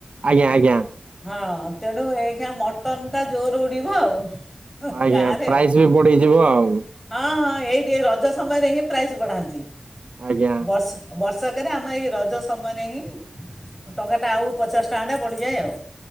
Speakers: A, on the right; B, in the centre.
A: ଆଜ୍ଞା ଆଜ୍ଞା।
B: ହଁ ତେଣୁ ହେଇ କିନା ମଟନ୍ ଟା ଜୋରେ ବଡ଼ିବ ଆଉ।
A: ଆଜ୍ଞା।
B: ଗାଁରେ
A: ପ୍ରାଇଜ୍
B: ଆଉ
A: ବି ବଢ଼ିଯିବ ଆଉ।
B: ହଁ ହଁ ହେଇଟି ଏଇ ରଜ ସମୟରେ ହିଁ ପ୍ରାଇଜ୍ ବଢ଼ାନ୍ତି।
A: ଆଜ୍ଞା
B: ବର୍ଷ ବର୍ଷକରେ ଆମ ଏଇ ରଜ ସମୟରେ ହିଁ ଟଙ୍କାଟା ଆଉ ପଚାଶ ଟଙ୍କା ଟା ବଢ଼ିଯାଏ ଆଉ।